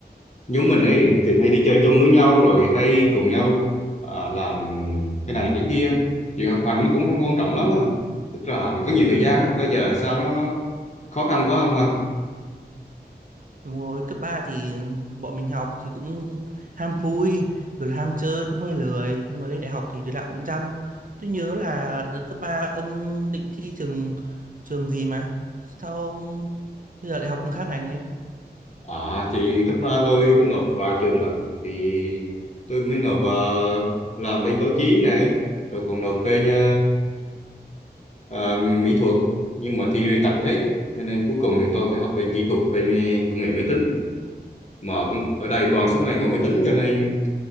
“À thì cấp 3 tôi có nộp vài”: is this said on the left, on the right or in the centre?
Left